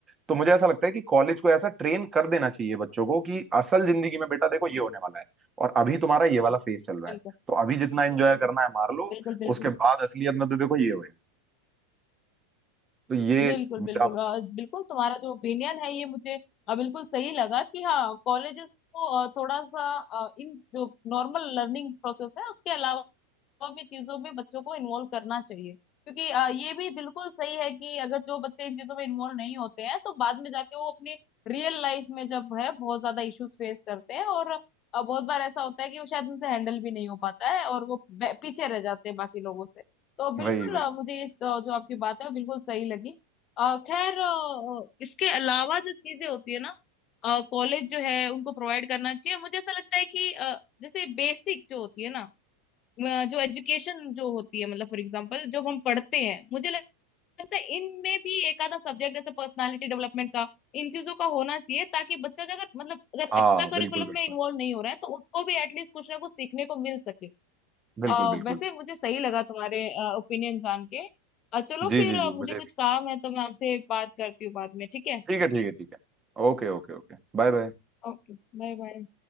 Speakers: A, on the right (about 25°); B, on the left (about 40°).
A: तो मुझे ऐसा लगता है कि कॉलेज को ऐसा ट्रेन कर देना चाहिए बच्चों को कि असल जिंदगी में बेटा देखो ये होने वाला है और अभी तुम्हारा ये वाला फेज चल रहा
B: बिल्कुल
A: है तो अभी जितना एंजॉय करना है मार लो
B: बिल्कुल बिल्कुल
A: उसके बाद असलियत में तो देखो ये होएगा तो ये
B: बिल्कुल
A: मेरा
B: बिल्कुल
A: मतलब
B: अ, बिल्कुल तुम्हारा जो ओपिनियन है ये मुझे अ, बिल्कुल सही लगा कि हाँ कॉलेजेस को अ, थोड़ा सा अ, इन जो नॉर्मल लर्निंग प्रोसेस है उसके अलावा और भी चीजों में बच्चों को इन्वॉल्व करना चाहिए क्योंकि अ, ये भी बिल्कुल सही है कि अगर जो बच्चे इन चीजों में इन्वॉल्व नहीं होते हैं तो बाद में जाके वो अपने रियल लाइफ में जब है बहुत ज्यादा इश्यूज फेस करते हैं और अ, बहुत बार ऐसा होता है कि वो शायद उनसे हैंडल भी नहीं हो पाता है और वो बे- पीछे रह जाते हैं बाकी लोगों से तो बिल्कुल
A: वही वही
B: अ, मुझे इस अ, जो आपकी बात है वो बिल्कुल सही लगी अ, खैर अ, इसके अलावा जो चीजें होती है ना कॉलेज जो है उनको प्रोवाइड करना चाहिए मुझे ऐसा लगता है कि अ, जैसे बेसिक जो होती है ना अ, जो एजुकेशन जो होती है मतलब फॉर एग्जांपल जो हम पढ़ते हैं मुझे लगता है इनमें भी एक आधा सब्जेक्ट जैसे पर्सनालिटी डेवलपमेंट का इन चीजों का होना चाहिए ताकि बच्चा जो अगर मतलब अगर
A: हाँ
B: एक्स्ट्रा
A: बिल्कुल
B: करिकुलम
A: बिल्कुल
B: में इन्वॉल्व नहीं हो रहा है तो उसको भी एटलीस्ट कुछ ना कुछ सीखने को मिल सके
A: बिल्कुल
B: अ,
A: बिल्कुल
B: वैसे मुझे सही लगा तुम्हारे ओपिनियन जान के अ, चलो
A: जी
B: फिर
A: जी
B: अ,
A: जी
B: मुझे
A: मुझे
B: कुछ
A: भी।
B: काम है तो मैं आपसे बात करती हूँ बाद में ठीक है
A: ठीक है ठीक है ठीक है Okay okay okay bye bye
B: Okay bye bye